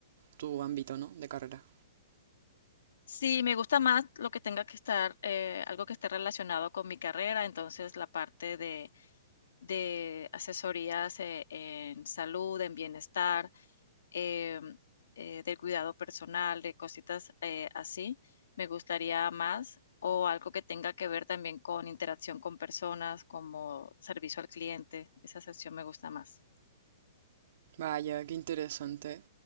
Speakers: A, on the right; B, on the left.
A: tu ámbito, ¿no? De carrera.
B: Sí, me gusta más lo que tenga que estar, eh, algo que esté relacionado con mi carrera, entonces la parte de, de asesorías eh, en salud, en bienestar, em, eh, del cuidado personal, de cositas eh, así, me gustaría más, o algo que tenga que ver también con interacción con personas, como servicio al cliente, esa sección me gusta más.
A: Vaya, qué interesante.